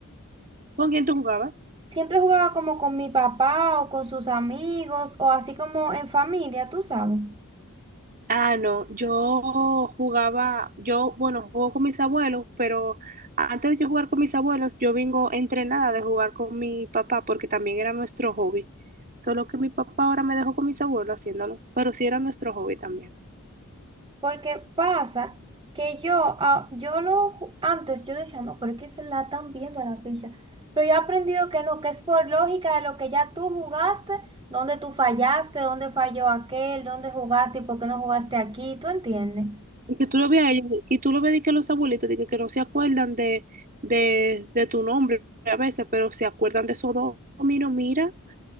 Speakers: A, on the right; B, on the right.
A: ¿Con quién tú jugabas?
B: Siempre jugaba como con mi papá o con sus amigos o así como en familia, tú sabes.
A: Ah, no, yo jugaba, yo, bueno, juego con mis abuelos, pero antes de yo jugar con mis abuelos, yo vengo entrenada de jugar con mi papá, porque también era nuestro hobby. Solo que mi papá ahora me dejó con mis abuelos haciéndolo, pero sí era nuestro hobby también.
B: Porque pasa que yo, ah, yo lo, ju- antes yo decía, no, pero es que se la están viendo a la ficha. Pero yo he aprendido que no, que es por lógica de lo que ya tú jugaste, dónde tú fallaste, dónde falló aquel, dónde jugaste y por qué no jugaste aquí, ¿tú entiendes?
A: Y que tú lo veas a ellos, y tú lo ves de que los abuelitos, de que, que no se acuerdan de, de, de tu nombre a veces, pero se acuerdan de esos dos dominos, mira,